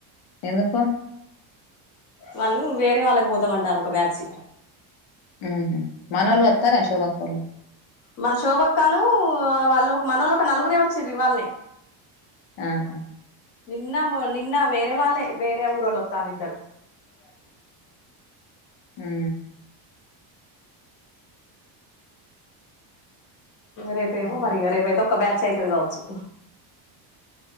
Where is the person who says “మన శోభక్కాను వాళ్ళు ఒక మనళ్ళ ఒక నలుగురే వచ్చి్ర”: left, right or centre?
Left